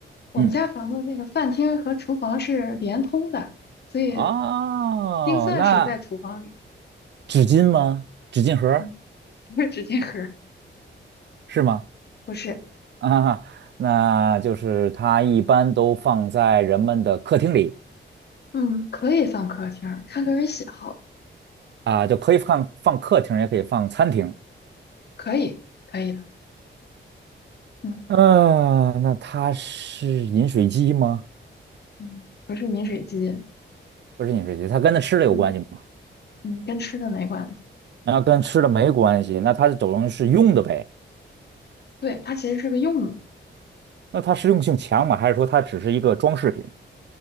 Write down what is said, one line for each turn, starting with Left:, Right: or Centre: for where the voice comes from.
Left: 我们家房子那个饭厅和厨房是连通的，
Right: 嗯，
Left: 所以
Right: 哦，
Left: 钉算是在厨房里，
Right: 那纸巾吗？纸巾盒儿
Left: 嗯，不是纸巾盒儿
Right: 是吗？
Left: 不是。
Right: <laughs> 啊，那就是它一般都放在人们的客厅里。
Left: 嗯，可以放客厅儿，看个人喜好，
Right: 啊，就可以放放客厅，也可以放餐厅。
Left: 可以，可以的。嗯
Right: 嗯，那它是饮水机吗？
Left: 嗯不是饮水机，
Right: 不是饮水机，它跟那吃的有关系吗？
Left: 嗯嗯，跟吃的没关系。
Right: 那跟吃的没关系，那它等于是用的呗？
Left: 对，它其实是个用的，
Right: 那它实用性强吗？还是说它只是一个装饰品？